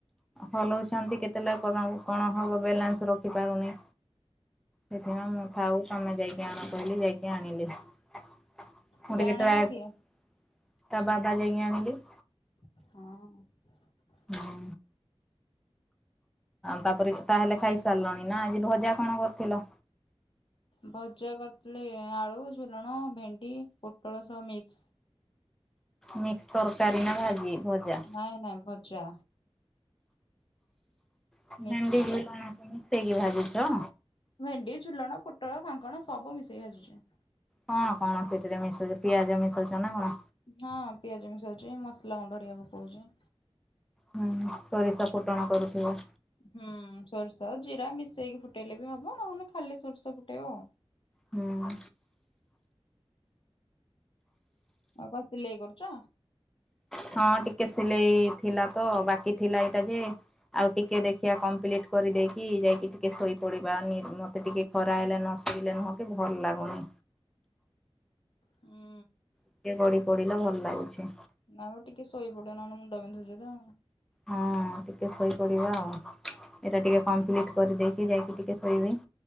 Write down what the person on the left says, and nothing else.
ଏବେ
ଆଣିଲା
କିଏ?
ହଁ।
ଭଜା କରିଥିଲି ଆଳୁ ଝୁଲଣ ଭେଣ୍ଡି ପୋଟଳ ସହ ମିକ୍ସ।
ନାଇଁ ନାଇଁ ଭଜା।
ମିକ୍ସ ଭଜା
ଭେଣ୍ଡି ଝୁଲଣ ପୋଟଳ କାଙ୍କଣ ସବୁ ମିଶେଇ ଭାଜୁଛି।
ହଁ ପିଆଜ ମିଶଉଛି ମସଲା ଗୁଣ୍ଡ ରିକା ପକଉଛି।
ହୁଁ ସୋରିଷ ଜିରା ମିଶେଇକି ଫୁଟେଇଲେ ବି ହବ ନହେଲେ ଖାଲି ସୋର୍ଷ ଫୁଟେଇବ ଆଉ।
ଆଉ କ ସିଲେଇ କରୁଛ?
ହୁଁ
ନା ବା ଟିକେ ଶୋଇ ପଡିବ ନହେଲେ ମୁଣ୍ଡ ବିିନ୍ଧୁଛି ତ।